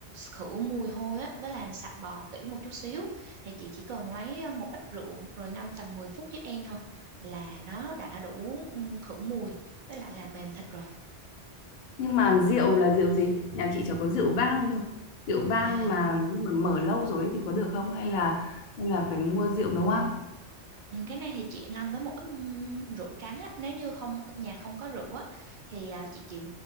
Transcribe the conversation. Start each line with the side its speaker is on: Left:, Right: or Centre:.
Right: khử mùi hôi á với làm sạch bò kỹ một chút xíu thì chị chỉ cần lấy ờ, một ít rượu rồi ngâm tầm 10 phút giúp em thôi là nó đã đủ ừ, khử mùi với lại là mềm thịt rồi
Left: Nhưng mà rượu là rượu gì? Nhà chị chỉ có rượu vang thôi. Rượu vang
Right: à
Left: mà, mà mở lâu rồi ấy thì có được không? Hay là hay là phải mua rượu nấu ăn?
Right: Ừ, cái này thì chị ngâm với một ít ừm, rượu trắng á nếu như không nhà không có rượu á thì à, chị chị